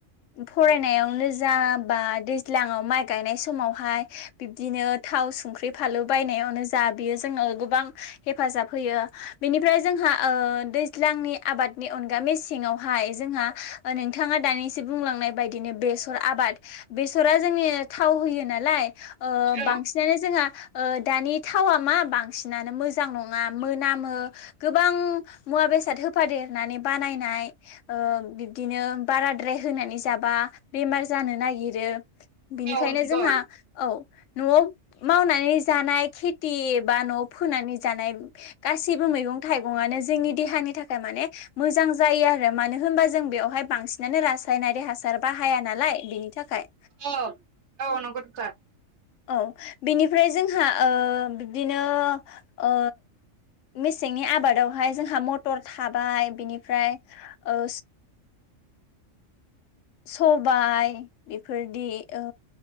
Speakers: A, on the left; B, on the right.
A: फरायनायावनो जा बा दैज्लां आव माइ गायनाय समावहाय बिब्दिनो थाव संख्रि फानलु बायनायावनो जा बियो जोंनाव गोबां हेफाजाब होयो बेनिफ्राय जोंहा ओ दैज्लांनि आबादनि अनगा मेसेङावहाय जोंहा नोंथाङा दानिसो बुंलांनाय बायदिनो बेसर आबाद बेसरा जोंनि थाव होयो नालाय ओ
B: औ
A: बांसिनानो जोंहा ओ दानि थावा मा बांसिनानो मोजां नङा मोनामो गोबां मुवा बे बिसाद होफादेरनानै बानायनाय ओ बिब्दिनो बाराद्राय होनानै जाबा बेमार जानो नागिरो बिनिखायनो
B: औ नंगौ
A: जोंहा औ न'आव मावनानै जानाय खेथ दि बा न'आव फोनानै जानाय गासिबो मैगं थाइगं गंङानो जोंनि देहानि थाखाय मानि मोजां जायो आरो मानो होनबा जों बेयावहाय बांसिनानो रासायनारि हासार बाहाया नालाय बेनि थाखाय
B: औ औ नंगौ नोंथां
A: औ बेनिफ्राय जोंहा ओ बिब्दिनो ओ मेसेंनि आबादावहाय जोंहा मटर थाबाय बिनिफ्राय ओ सबाय बेफोरदि ओ